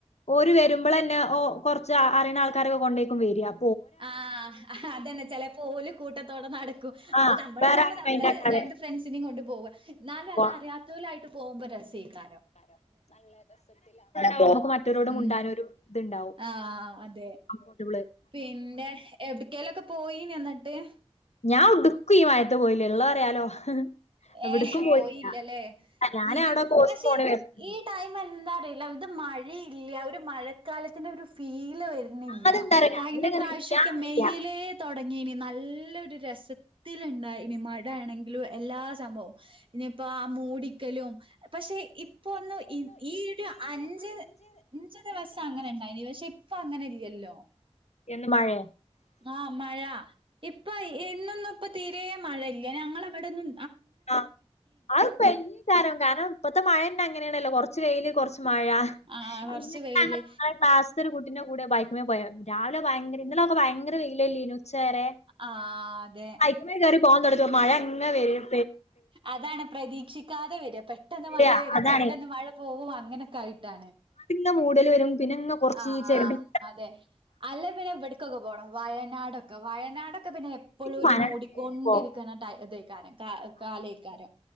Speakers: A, on the left (about 85°); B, on the right (about 50°).
A: ഓര് വരുമ്പോൾ ന്നെ ഓ കൊറച്ച് അറിയുന്ന ആൾക്കാരൊക്കെ കൊണ്ടേക്കും വോര.
B: ആഹ് അതന്നെ ചിലപ്പോ ഓര് കൂട്ടത്തോടെ നടക്കും.
A: ആഹ്
B: അപ്പൊ നമ്മള്
A: വേറെ
B: പോകുമ്പോ
A: ആരും
B: നമ്മളെ
A: മൈൻഡ് ആക്കാതെ
B: രണ്ട് ഫ്രണ്ട്സിനെ കൊണ്ട് പോകും. എന്നാലും
A: പോവാ
B: അതറിയത്തവരായിട്ട് പോകുമ്പോ രസാക്കരം.
A: നമുക്ക് മാറ്റവരോട്
B: ഉം.
A: മിണ്ടാനൊരു ഇതുണ്ടാവും
B: ആ അതെ.
A: കംഫർട്ടബിൾ.
B: പിന്നെ എവിടക്കലൊക്കെ പോയിൻ ന്നട്ട്?
A: ഞാൻ എവ്ട്ക്കും ഈ മയത്ത് പോയില്ല. ഉള്ള പറയാലോ. എവിടക്കും
B: ഏഹ
A: പോയില്ല
B: പോയില്ലല്ലേ?
A: ഞാന്
B: ഇത്
A: അവിടെ കോഴ്സിന്
B: പക്ഷെ
A: പോണ വരുന്നുണ്ട്.
B: ഇ ടൈം എന്താ അറിയില്ല ഇത് മഴയില്ല ഒര് മഴ കാലത്തി ഒരു ഫീല് വരുന്നില്ല.
A: അതെന്താ അറിയോ രാവിലെങ്ങനെ
B: കഴിഞ്ഞ പ്രാവശ്യൊക്കെ
A: നീക്കാൻ വയ്യ
B: മെയില് തുടങ്ങിനു നല്ലരു രസത്തിലുണ്ടായിനു മഴ ആണെങ്കിലും എല്ലാ സംഭവം ഇനിയിപ്പോ ആ മൂടിക്കലും പക്ഷെ ഇപ്പൊ ഒന്ന്. ഈ ഒരു അഞ്ച് അഞ്ച് ദിവസം അങ്ങനെ ഉണ്ടായിരുന്നു. പക്ഷെ ഇപ്പ അങ്ങനെ ഇല്ലല്ലോ.
A: എന്ത്‌ മഴയ.
B: ആഹ മഴ ഇപ്പ ഇന്നോന്നും ഇപ്പ തീരെ മഴയില്ല ഞങ്ങവിടെന്നും.
A: ആഹ് അതിപ്പോ കാരണം ഇപ്പത്തെ മഴ തന്നെ അങ്ങനെയാണല്ലോ കുറച്ച് വെയിൽ കുറച്ച് മഴ
B: ആഹ്
A: <unintelligible>
B: കൊറച്ച് വെയില്
A: കുട്ടീന്റെ കൂടെ ബൈകക്കുമെ പോയെ. രാവിലെ ഭയങ്കര ഇന്നലൊക്കെ ഭയങ്കര വെയിലല്ലേനു ഉച്ചവരെ.
B: ആഹ് അതെ
A: അങ്ങ കയറി പോവാൻതുടങ്ങുമ്പോൾക് മഴ ഇങ്ങന വരും.
B: അതാണ് പ്രതീക്ഷിക്കാതെ വരെ പെട്ട പെട്ടെന്ന് മഴ
A: വരാ
B: വരും
A: അതാണേ
B: പെട്ടെന്ന് മഴ പോകും അങ്ങനെയൊക്കെ ആയിട്ടാണ്.
A: പിന്നെ മൂടൽ വരും പിന്നെ. കൊറച്ച്
B: ആഹ്
A: ഈ ചെറുടി
B: ആ അതെ അല്ല പിന്നെവി <unintelligible> വയനാടൊക്കെ വയനാടൊക്കെ പിന്നെ <unintelligible>
A: എനിക്ക്
B: <unintelligible> ഒരു
A: വയനാട്
B: മൂടിക്കൊണ്ടിരിക്കണ
A: പേടിയാ
B: <unintelligible> കാലേക്കാരം.